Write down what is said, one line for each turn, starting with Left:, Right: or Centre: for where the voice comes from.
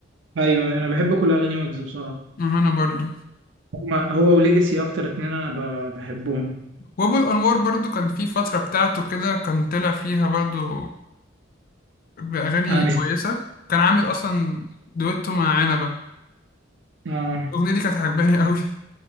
Right: ايوه انا بحب كل اغاني ويجز بصراحة
Left: أم أنا برضو
Right: هما- هو وليجاسي اكتر اتنين انا ب- بحبهم
Left: وأبو الأنوار برضو كان في فترة بتاعته كده كان طلع فيها برضو بأغاني
Right: انا مش
Left: كويسة كان عامل أصلا دويتو مع عنبة
Right: اه
Left: الأغنية دي كانت عجباني قوي